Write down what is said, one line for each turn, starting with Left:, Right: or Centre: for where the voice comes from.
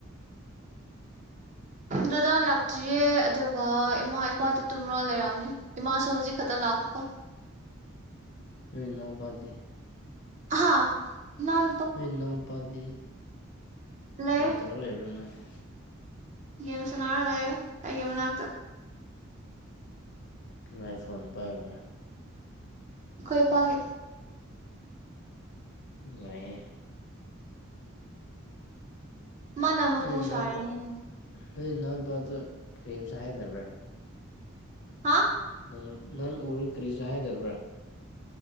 Right: ꯗꯥꯗꯥ ꯂꯥꯛꯇ꯭ꯔꯤꯌꯦ ꯑꯗꯨꯒ ꯏꯃꯥ ꯏꯄꯥꯗꯤ ꯇꯨꯝꯔꯒ ꯂꯩꯔꯝꯅꯤ ꯏꯃꯥꯁꯨ ꯍꯧꯖꯤꯛ ꯈꯠꯇ ꯂꯥꯛꯄꯀꯣ
Left: ꯅꯣꯢ ꯅꯥꯎꯄꯗꯤ
Right: ꯍꯥ ꯅꯥꯎ
Left: ꯅꯣꯏ ꯅꯥꯎꯄꯥꯗꯤ
Right: ꯂꯩ
Left: ꯀ꯭ꯔꯤ ꯇꯧꯔ ꯂꯩꯕ꯭ꯔ ꯃꯥꯗꯤ
Right: ꯒꯦꯝ ꯁꯥꯟꯅꯥꯔ ꯂꯩꯌꯦ ꯑꯩꯒꯤ ꯃꯅꯥꯛꯇ
Left: ꯀꯅꯥꯏ ꯐꯣꯟ ꯄꯥꯏꯕ꯭ꯔꯥ
Right: ꯑꯈꯣꯏ ꯏꯄꯥꯒꯤ
Left: ꯋꯥꯌꯦ
Right: ꯃꯥꯅ ꯃꯄꯨ
Left: ꯅꯣꯏ ꯅꯥꯎꯄꯥ
Right: ꯁꯥꯔꯤꯅꯤꯅ
Left: ꯅꯣꯏ ꯏꯅꯥꯎꯄꯥꯗ ꯀꯔꯤꯝꯁꯨ ꯍꯥꯏꯗꯕ꯭ꯔꯥ
Right: ꯍꯥ
Left: ꯎꯝ ꯅꯪ ꯎꯔ ꯀꯔꯤꯁꯨ ꯍꯥꯏꯗꯕ꯭ꯔꯥ